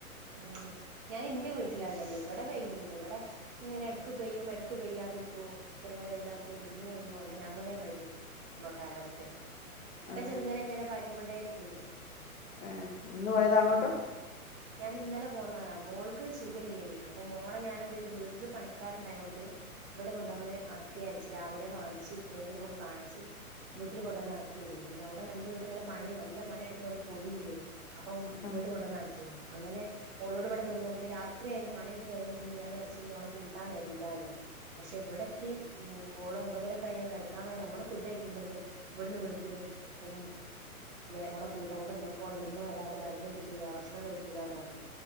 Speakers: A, on the right; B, on the left.
A: ഉം ഞാൻ എന്റെ വീട്ടിലാള്ളത് ഇവിടെ പെയ്യണണ്ട് ഇവിടെ ഇങ്ങനെ ഇടക്ക് പെയ്യും എട- ക്ക് പെയ്യാതിരിക്കോ ചെറങ്ങനെ വെയിലാറക്കോ പിന്നി പയ്യോ അങ്ങനെ അങ്ങനെയുള്ളൊരു കാലാവസ്ഥ ഇപ്പൊ
B: ആഹ്
A: ചെറുങ്ങനെ ഇങ്ങനെ പാറ്റിക്കൊണ്ടേരിക്കണ്ട്
B: ഏഹ് ഇന്ന്
A: ആഹ്
B: പോയതാ
A: പോടിഞ്
B: അങ്ങോട്ട്
A: പൊ ഞാൻ ഇന്നലെ പോന്ന മോൾക്ക് സുഖമില്ലേനിയ അപ്പൊ മോള ഞാന എന്ത് ചെയ്ത് വീട്- ട്ടില് പണിക്കാരുണ്ടായോണ്ട് ഇവിടെ കൊണ്ടുവന്ന് ആ ച്ച് രാവിലെ കാണിച്ച് ഇക്രയിൽ പോയി കാണിച്ച് വീട്ടിൽ കൊണ്ടുവന്ന ആക്കിനു പിന്ന അവിടെ എന്റെ വീട്ടിലുള്ള- പണി നല്ല പണി എടുക്കുന്നണ്ട് പൊടി ണ്ട് അപ്പം
B: ഉം
A: ഇങ്ങോട്ട് കൊണ്ടുവന് ആക്കി <inaudible> അങ്ങനെ ഓളോടിവിടെ നിന്നോ പിന്നെ രാത്രിയാണ് പണിയൊക്കെ കഴിഞ്ഞപ്പോ പിനെ ഞാൻ വിചാരിച്ചു ഇഞ്ഞി ഓലെ കൂട്ടാൻ വരണ്ടന്ന് പക്ഷെ ഇവിടെത്തി ഓള ഒമ്പതരോക്കെ കഴിഞ്ഞു കിടക്കാൻ വേണ്ടി നമ്മള് ഫുഡ് കഴുമ്പോണ്ട് ഇവിടുന് വിളിക്കണ് ഉ അവളടെ കൂട്ട നക്ക എന്തൊക്കെണ്ട് ഉമ്മ വരാതെ മരുന്ന് കുടിക്കൂല ഭക്ഷണം കഴിക്കൂലന്ന് പറഞ്